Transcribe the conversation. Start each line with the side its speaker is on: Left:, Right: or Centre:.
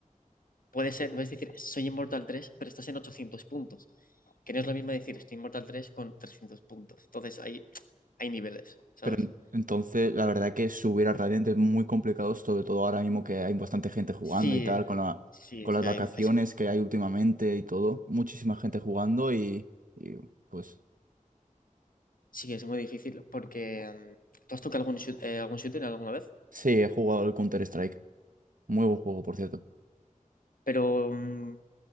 Left: Puede ser, puedes decir, soy Inmortal 3, pero estás en 800 puntos. Que no es lo mismo decir, estoy Inmortal 3 con 300 puntos. Entonces, hay, hay niveles, ¿sabes?
Right: pero en- entonces la verdad que subir a Radiant es muy complicado, sobre todo ahora mismo que hay bastante gente jugando
Left: Sí,
Right: y tal, con la,
Left: sí,
Right: con
Left: sí,
Right: las vacaciones
Left: hay- es,
Right: que hay últimamente y todo. Muchísima gente jugando y, y, pues
Left: sí, es muy difícil porque mm, tú has tocado algún, shoot- eh, algún shooter alguna vez,
Right: sí, he jugado el Counter-Strike. Muy buen juego, por cierto.
Left: pero mm,